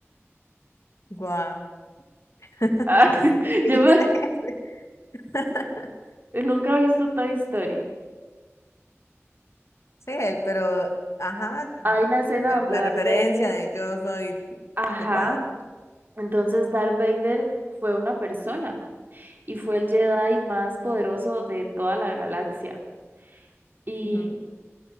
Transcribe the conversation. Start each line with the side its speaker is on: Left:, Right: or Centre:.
Left: Wow. <laughs>
Right: Ah, <laughs>
Left: ¿Y quién
Right: yo me-
Left: es ese? <laughs>
Right: nunca he visto Toy Story.
Left: Sí, él, pero, ajá,
Right: Hay una escena
Left: la,
Right: donde
Left: la
Right: Darth
Left: referencia
Right: Vader,
Left: de yo soy
Right: ajá,
Left: tu padre.
Right: entonces Darth Vader fue una persona y fue el Jedi más poderoso de toda la galaxia. Y
Left: Ujú,